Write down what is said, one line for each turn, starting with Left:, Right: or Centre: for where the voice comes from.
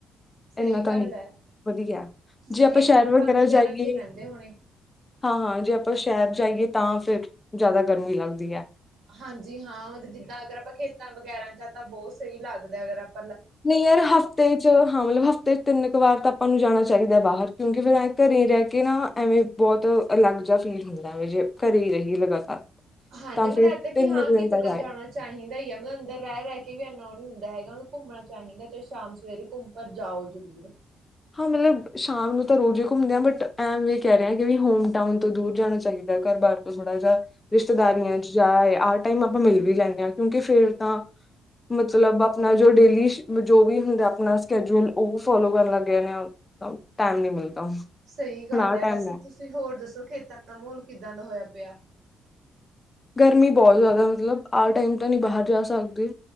Right: ਸਹੀ
Left: ਇੰਨਾ
Right: ਗੱਲ
Left: ਤਾਂ ਨਹੀਂੀ
Right: ਹੈ
Left: ਵਧੀਆ
Right: ਤੁਸੀਂ
Left: ਜੇ ਆਪਾਂ
Right: ਖੇਤਾਂ
Left: ਸ਼ਹਿਰ ਵਗੈਰਾ ਜਾਈਏ
Right: ਚ ਰਹਿੰਦੇ ਹੋਣੇ
Left: ਹਾਂ, ਹਾਂ ਜੇ ਆਪਾਂ ਸ਼ਹਿਰ ਜਾਈਏ ਤਾਂ ਫੇਿਰ ਜ਼ਿਆਦਾ ਗਰਮੀ ਲੱਗਦੀ ਹੈ।
Right: ਹਾਂਜੀ ਹਾਂ ਮਤਲਬ ਜਿੱਦਾਂ ਅਗਰ ਆਪਾਂ ਖੇਤਾਂ ਵਗੈਰਾ ਚ ਤਾਂ ਬਹੁਤ ਸਹੀ ਲੱਗਦੈ ਅਗਰ ਆਪ
Left: ਨਹੀਂ ਯਾਰ ਹਫ਼ਤੇ ਚ ਹਾਂ ਮਤਲਬ ਹਫ਼ਤੇ ਚ ਤਿੰਨ ਕੁ ਵਾਰ ਤਾਂ ਤੁਹਾਨੂੰ ਜਾਣਾ ਚਾਹੀਦਾ ਬਾਹਰ ਕਿਉਂਕਿ ਫਿਰ ਘਰੇ ਹੀ ਰਹਿ ਕੇ ਨਾ ਐਵੇਂ ਬਹੁਤ ਅਲੱਗ ਜਿਹਾ ਫੀਲ ਹੁੰਦਾਵੇ ਜੇ ਘਰੇ ਹੀ ਰਹੀ ਲਗਾਤਾਰ
Right: ਹਾਂਜੀ
Left: ਤਾਂ
Right: ਮਤਲਬ
Left: ਫਿਰ
Right: ਇੱਦਾਂ ਕਿ
Left: ਤਿੰਨ
Right: ਹਾਂ
Left: ਕੁ ਦਿਨ
Right: ਕਿਤੇ ਤਾਂ
Left: ਜਾਏ
Right: ਜਾਣਾ ਚਾਹੀਦਾ ਹੀ ਆ ਮਤਬ ਅੰਦਰ ਰਹਿ ਰਹਿ ਕੇ ਵੀ ਇੰਨਾ ਉਹ ਨਹੀਂ ਹੁੰਦਾ ਹੈਗਾ ਉਨੁੰ ਘੁੰਮਣਾ ਚਾਹੀਦਾ ਚਾਹੇ ਸ਼ਾਮ ਸਵੇਰੇ ਘੁੰਮ ਪਰ ਜਾਓ ਜ਼ਰੂਰ
Left: ਹਾਂ ਮਤਲਬ ਸ਼ਾਮ ਨੂੰ ਤਾਂ ਰੋਜ਼ ਹੀ ਘੁੰਮਦੇ ਆਾਂ ਬਟ ਐਮ ਵੀ ਕਹਿ ਰਹੇ ਕਿ ਹੋਮਟਾਊਨ ਤੋਂ ਦੂਰ ਜਾਣਾ ਚਾਹੀਦਾ ਘਰ ਬਾਰਰ ਤੋਂ ਥੋੜਾ ਜਿਹਾ ਰਿਸ਼ਤੇਦਾਰੀਆਂ
Right: ਹਾਂਜੀ
Left: ਚ ਜਾ ਆਏ ਟਾਈਮ ਆਪਾਂ ਮਿਲ ਵੀ ਲੈਂਦੇ ਹ ਕਿਉਂਕਿ ਫੇਰ ਤਾਂ ਮਤਲਬ ਆਪਣਾ ਜੋ ਡੇਲੀ ਸ਼ ਜੋ ਵੀ ਹੁੰਦਾ ਆਪਣਾ ਸਕੈਜਯ੍ਹੂਲ ਉਹ ਫੋਲੋ ਕਰਨ ਲੱਗ ਪੈਨੇ ਆ ਟਾਈਮ ਨੀ ਮਿਲਦਾ ਹੁਣ
Right: ਸਹੀ ਗੱਲ
Left: ਆਹ
Right: ਹੈ
Left: ਟਾਈਮ
Right: ਵੈਸੇ ਤੁਸੀਂ ਹੋਰ ਦੱਸੋ ਖੇਤਾਂ ਦਾ ਮਾਹੌਲ ਕਿੱਦਾਂ ਦਾ ਹੋਇਆ ਪਿਆ
Left: ਗਰਮੀ ਬਹੁਤ ਜ਼ਿਆਦਾ ਮਤਲਬ ਆ ਟਾਈਮ ਤਾਂ ਨਹੀਂ ਬਾਹਰ ਜਾ ਸਕਦੇ